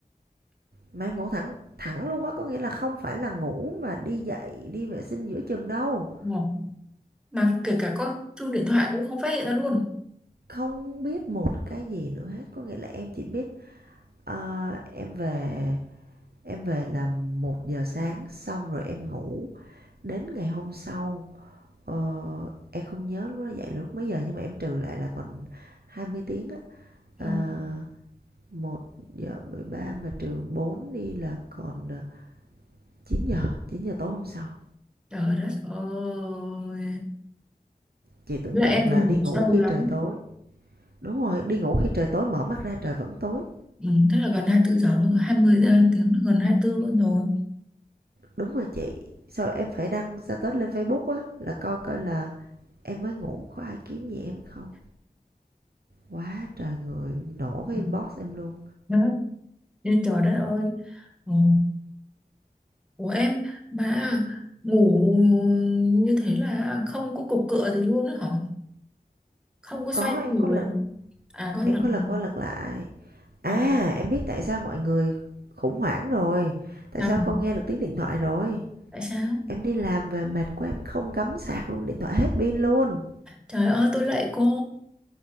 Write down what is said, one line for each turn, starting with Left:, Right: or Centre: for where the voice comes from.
Right: mà em ngủ thẳng thẳng luôn á có nghĩa là không phải là ngủ mà đi dậy đi vệ sinh giữa chừng đâu
Centre: Ồ, mà kể cả có chuông điện thoại cũng không phát hiện ra luôn.
Right: không biết một cái gì nữa hết có nghĩa là em chỉ biết ờ, em về em về là một giờ sáng xong rồi em ngủ đến ngày hôm sau ờ, em không nhớ lúc đó dậy lúc mấy giờ nhưng mà em trừ lại là còn 20 tiếng á
Centre: Trời,
Right: Ờ, một giờ mười ba mà trừ 4 đi là còn ờ, chín giờ 9 giờ tối hôm sau
Centre: trời đất ơi.
Right: chị tưởng
Centre: Với lại
Right: tượng
Centre: em
Right: là
Centre: thì
Right: đi
Centre: ngủ
Right: ngủ
Centre: sâu
Right: khi
Centre: lắm.
Right: trời tối Đúng rồi, đi ngủ khi trời tối mở mắt ra trời vẫn tối.
Centre: Ừ, tức là gần hai mươi tư giờ luôn rồi, hai mươi tiếng, gần hai mươi tư luôn rồi.
Right: Đúng rồi chị. Sao em phải đăng status lên Facebook á là coi coi là em mới ngủ có ai kiếm gì em không. Quá trời người nổ cái
Centre: Ừ,
Right: inbox em luôn.
Centre: đó. Ê, trời đất ơi. Ồ. của em mà ngủ như thế là không có cục cựa gì luôn á hả không có xoay
Right: Có em
Centre: người
Right: có lịch,
Centre: à có lần
Right: em có lật qua lật lại. À,
Centre: Ồ,
Right: em biết tại sao mọi người khủng hoảng rồi. Tại
Centre: sao?
Right: sao không nghe được tiếng điện thoại rồi.
Centre: tại sao
Right: Em đi làm về mệt của em không cắm sạc luôn, điện thoại hết pin luôn.
Centre: trời ơi tôi lạy cô